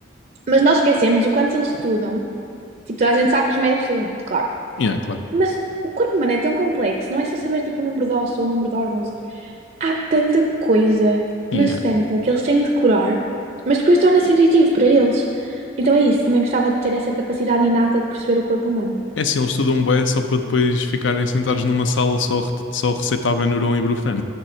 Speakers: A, on the right (about 40°); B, on the left (about 75°).
A: Mas nós esquecemos o quanto eles estudam. Tipo, toda a gente sabe que os médicos estudam muito, claro.
B: Yeah, claro.
A: Mas o corpo humano é tão complexo, não é só saber tipo o número de ossos ou o número de órgãos. Há tanta coisa,
B: Yeah.
A: mas tanta, que eles têm de curar, mas depois torna-se intuitivo para eles. Então é isso, também gostava de ter essa capacidade inata de perceber o corpo humano.
B: É assim, eles estudam bué só para depois ficarem sentados numa sala só, re- só a receitar Benuron e Brufen.